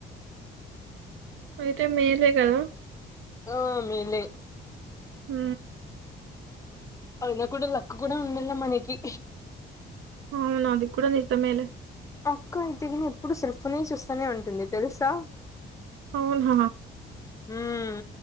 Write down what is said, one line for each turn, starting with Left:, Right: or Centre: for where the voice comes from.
Right: అయితే మేలే కదా
Left: ఆ మేలే
Right: మ్
Left: అయినా కూడా లక్ కూడా ఉండలా మనకి
Right: అవును అది కూడా నిజామే లే
Left: అక్క అయితే నేమి ఎప్పుడు సెల్ ఫోనే చూస్తానే ఉంటుంది తెలుసా
Right: అవునా
Left: ఉమ్